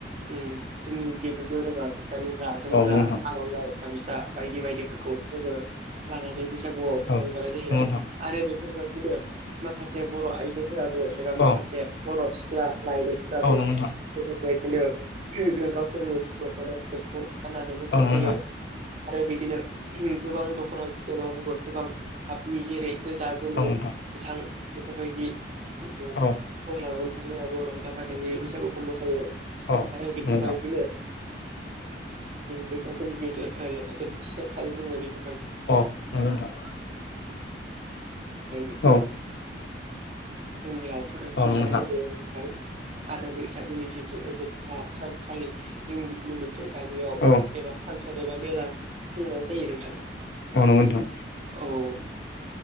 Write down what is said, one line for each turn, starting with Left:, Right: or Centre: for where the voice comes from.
Right: उम जोंनि जिहेटु दोरोङारि गानग्रा जोमग्रा
Left: औ नंगौ नोंथां
Right: आरनाय गामसा बायदि बायदिफोरखौ जोङो लानानै बैसागुआव
Left: औ
Right: रंजानाय जायो
Left: नंगौ नोंथां
Right: आरो बेफोरबायदिनो माखासे बर' आइजो फोराबो एबा माखासे
Left: औ
Right: बर' सिख्ला लाइमोनफोराबो
Left: औ नंगौ नोंथां
Right: ज बिदिनो गावसोर <unintelligible> गाननानै मोसानाय
Left: औ नंगौ
Right: जायो आरो बिदिनो गोबां दख'ना बिदनाव गोबां गाबनि जेरै गोजा गोमो
Left: नोंथां
Right: गोथां बेफोरबायदि खौ
Left: औ
Right: लानानै बिथांमोनाबो रंजा बाजायो बैसागुखौ मोसायो आरो
Left: औ
Right: बेफोरबायदिनो
Left: नोंथां
Right: बैसागुनि बेथ' जोबथि सानखालि जोङो बेखौ
Left: औ नंगौ नोंथां
Right: <unintelligible>
Left: औ
Right: फोराबो जोंनि लावखार ओंखाम
Left: नंगौ
Right: जानाय
Left: नोंथां
Right: आरो बैसागुनि जिहेथु जोबथा सानखालि जोङो बिदिनो मोनसे गामियाव
Left: औ नंगौ नोंथां औ
Right: एबा फांसन एबा मेला खुंनाय जायो नोंथां
Left: अ नंगौ नोंथां।
Right: औ